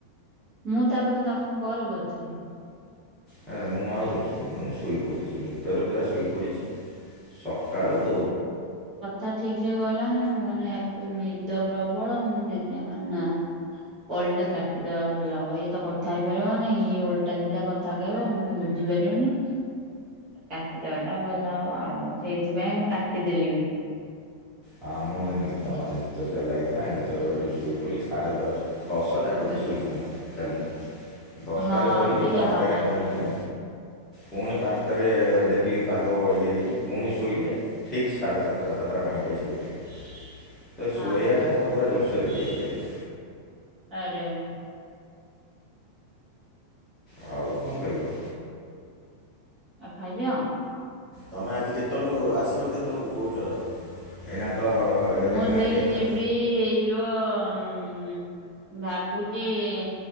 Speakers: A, on the right (about 30°); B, in the centre.
A: ମୁଁ ତାପରେ ତମକୁ କଲ୍ କରୁଥିଲି।
B: ହ ମୁଁ ଆଉ ଦେଖିନି ମୁଁ ଶୋଇପଡ଼ିଛି ନିଦରେ ପୁରା ଶୋଇପଡ଼ିଛି। ସକାଳୁ
A: ତା ଠିକ ସେ କହିଲାନି ମୁଆକୁ ନିଦ ପ୍ରବଳ ମୁଁ ସେଥିପାଇ ନା ଓଲ୍ଟା କାଟିଦବା ଭଲ ହବ ଇଏ ତ କଥା ହେଇପାରିବନି ଓଲ୍ଟା ସିଧା କଥା କହିବ ମୁଁ ବୁଝିପାରିବିନି କାଟିଦବାଟା ଭଲ ହବ ଆଉ ସେଇଥିପାଇଁ ମୁଁ କାଟିଦେଲି ବି
B: ହଁ ମୁଁ ନିଦମାନିଦ ଜୋରେ ଲାଗିଥିଲା ନିଜ ଏଠୁ ଶୋଇ ପଡ଼ିଲି ସାଢେ ଦଶ ଦଶଟାରେ ବୋଧେ ଶୋଇଛି ମୁଁ କାଲି ଦଶଟାରୁ
A: ହଁ
B: ଶୋଇଲି
A: ସେଇଆ
B: ପାଞ୍ଚଟାରେ
A: ହବ
B: ନିଦ ଭାଙ୍ଗିଲା ପୁଣି ପାଞ୍ଚଟାରେ ଦେଖିଲି ପାଗ ଇଗ ଦେଇଛି ପୁଣି ଶୋଇଲେ ଠିକ ସାଢ଼େ ସାତଟା
A: ହୁଁ
B: ସାତଟା ପଇଁଚାଳିଶରେ ଉଠିଲି ତ
A: ହଁ
B: ଶୁଆଇବାଟା ମୋର ପୁରା ଜୋରସୋର ହେଇଯାଇଛିଥିଲା।
A: ଆରେ ଆରେ
B: ଆଉ କଣ କରିବ?
A: ଆ ଖାଇ ଦିଅ।
B: ତମେ ଆଜି କେତେବେଳକୁ ଆସିବ କେତେବେଳକୁ କହୁଛ ଏଇନା ତ
A: ମୁଁ
B: ହେଲାଣି
A: ସେଇ
B: କେତେଟା
A: ଯିବି ଏଇ ଯିବ ଭାବୁଛି ଏ